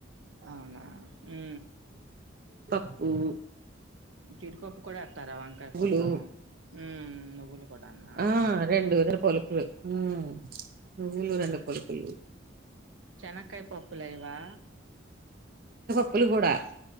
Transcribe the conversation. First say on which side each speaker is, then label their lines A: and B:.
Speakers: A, on the right (about 80°); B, on the right (about 50°).
A: అవునా హు
B: హుమ్మ్
A: జీడిపప్పు కూడా ఎత్తర వంకాయ
B: నువ్వులు
A: కురలో హు నువ్వులు కూడానా?
B: ఆ రెండు ఎదురు పలుకులు హు నువ్వులు రెండు పలుకులు
A: చెనక్కయ్ పప్పులేయ్యవా
B: ప్పులు కూడా